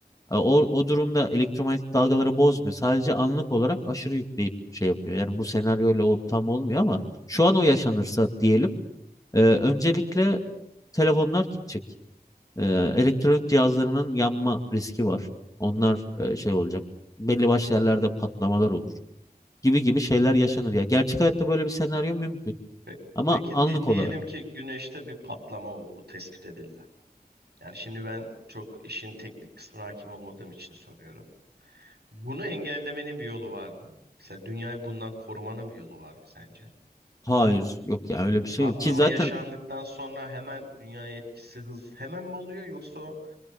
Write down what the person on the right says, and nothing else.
hı
hı.
Pe-
Peki
di-
diyelim ki güneşte bir patlama oldu. Bu tespit edildi. Yani şimdi ben çok işin teknik kısmına hakim olmadığım için soruyorum. Bunu engellemenin bir yolu var mı? Mesela dünyayı bundan korumanın bir yolu var mı sence?
Patlama
yaşandıktan sonra hemen dünyaya etkisi hız hemen mi oluyor yoksa